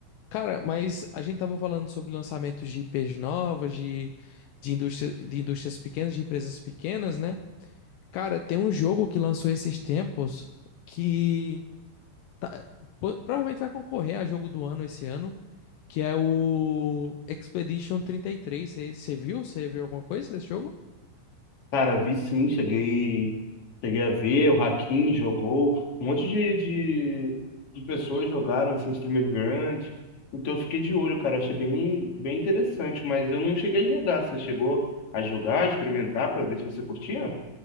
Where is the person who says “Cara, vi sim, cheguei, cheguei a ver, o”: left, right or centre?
Left